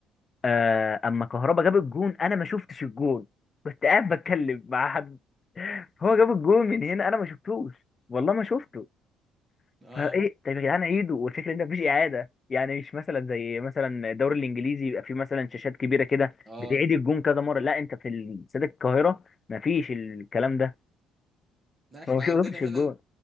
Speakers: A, on the left; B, on the right.
A: آه... اما كهربا جاب الجون انا ما شفتش الجون كنت قاعد بتكلم مع حد هو جاب الجون من هنا انا ما شفتوش والله ما شفته
B: اه
A: فايه طب يا جدعان عيدوا والفكره ان مفيش اعاده يعني مش مثلا زي مثلا الدوري الانجليزي يبقى فيه مثلا شاشات كبيره كده
B: اه
A: بتعيد الجون كذا مره لا انت في استاد القاهره مفيش الكلام ده
B: لا احنا
A: فما شفتش
B: عندنا
A: الجون
B: هنا